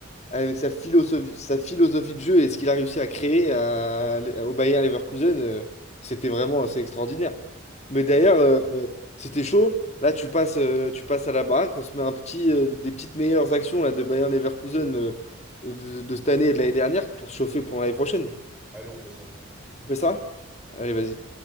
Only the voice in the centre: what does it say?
Ouais.
Allez, on fait ça.